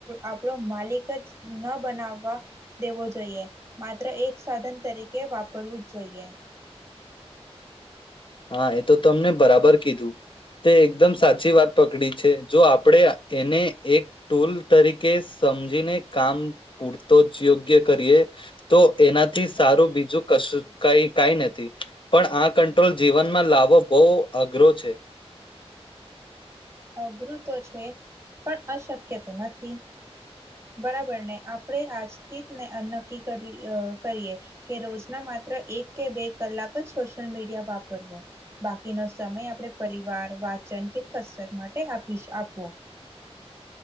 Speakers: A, on the right (about 25°); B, on the left (about 50°).
A: આપણો માલિક જ ન બનાવા, દેવો જોઈએ, માત્ર એક સાધન તરીકે વાપરવું જ જોઈએ.
B: હા એ તો તમને બરાબર કીધું. તે એકદમ સાચી વાત પકડી છે, જો આપણે એને એક ટૂલ તરીકે સમજીને કામ પૂરતો જ યોગ્ય કરીએ, તો એનાથી સારું બીજું કશું કાઈ કાઈ નથી, પણ આ કંટ્રોલ જીવનમાં લાવો બહુ અઘરો છે.
A: અઘરું તો છે, પણ અશક્ય તો નથી, બરાબર ને આપણે આજથી જ નક્કી કરીએ કરીએ કે રોજના માત્ર એકકે બે કલાક જ સોશિયલ મીડિયા વાપરવો, બાકીનો સમય આપણે પરિવાર, વાચન કે કસરત માટે આપીશ આપો.